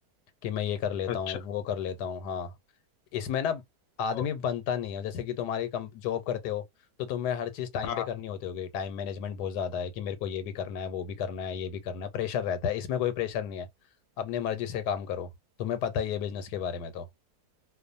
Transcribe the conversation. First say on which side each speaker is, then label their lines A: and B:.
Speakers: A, on the left (about 85°); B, on the left (about 70°).
A: कि मैं ये कर लेता
B: अच्छा
A: हूँ वो कर लेता हूँ हाँ इसमें ना आदमी
B: तो-
A: बनता नहीं है जैसे कि तुम्हारी कम जॉब करते हो तो तुम्हें हर चीज़ टाइम
B: हाँ
A: पे करनी होती होगी टाइम मैनेजमेंट बहुत ज़्यादा है कि मेरे को ये भी करना है वो भी करना है ये भी करना है प्रेशर रहता है इसमें कोई प्रेशर नहीं है अपने मर्जी से काम करो तुम्हें पता ही है बिजनेस के बारे में तो